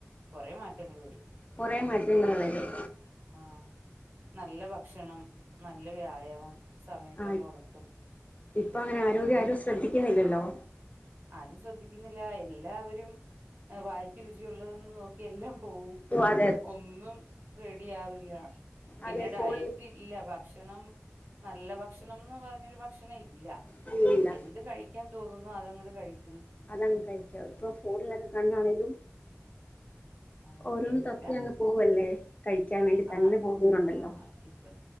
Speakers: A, on the right (about 45°); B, on the left (about 25°).
A: കൊറെ മാറ്റങ്ങൾ വരും
B: കൊറേ മാറ്റങ്ങൾ വരും
A: വേ ആ നല്ല ഭക്ഷണം നല്ല വ്യായാമം സമയത്തുള്ള
B: ആ
A: ഉറക്കം
B: ഇപ്പൊ
A: ഇതൊക്കെ
B: അങ്ങനെ
A: ഉണ്ടെന്നുണ്ടെങ്കില്
B: ആരോഗ്യം ആരും ശ്രദ്ധിക്കുന്നില്ലല്ലോ
A: ആരും ശ്രദ്ധിക്കുന്നില്ല എല്ലാവരും വായിക്ക് രുചിയുള്ളതന്ന് നോക്കി എല്ലാം പോവും
B: അത്
A: ഒന്നും റെഡിയാവില്ല പിന്നെ
B: അതെ ഫോണിൽ
A: ഡയറ്റ് ഇല്ല ഭക്ഷണം നല്ല ഭക്ഷണംന്ന് പറഞ്ഞൊരു ഭക്ഷണം ഇല്ല
B: കഴിയില്ല
A: എന്ത് കഴിക്കാൻ തോന്നുന്നു അതങ്ങട് കഴിക്ക
B: അതങ്ങ് കഴിക്കാം ഇപ്പൊ ഫോണിലൊക്കെ കണ്ടാണേലും
A: ആ
B: ഓരോന്ന്
A: എല്ലാം
B: തപ്പി അങ്ങ്
A: അങ്ങനെ
B: പോവല്ലേ കഴിക്കാൻ വേണ്ടി തന്നെ
A: ആ
B: പോകുന്നവരുണ്ടല്ലോ
A: ആ ഇപ്പ